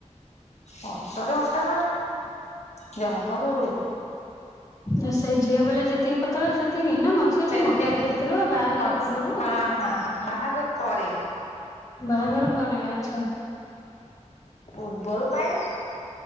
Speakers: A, on the left; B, on the left.
A: ଫୋଟରେ ମୋଟା ଜନ୍ମ ରୁ
B: ଆ ସେଇ ଝିଅ ବେଳେ ଯେତିକି ପତଳା ସେ ସେତିକି ନା ମଝିରେ
A: ସେତିକି
B: ଟିକେ ମୋଟା ହେଇଯାଇଥିଲୁ ବାହାଘର
A: ମଝି
B: ପୂର୍ବରୁ।
A: ହଁ ହଁ ବାହାଘର ପରେ
B: ବାହାଘର ପରେ ଆଚ୍ଛା।
A: ପୂର୍ବରୁ କାଇଁ ଲୋ।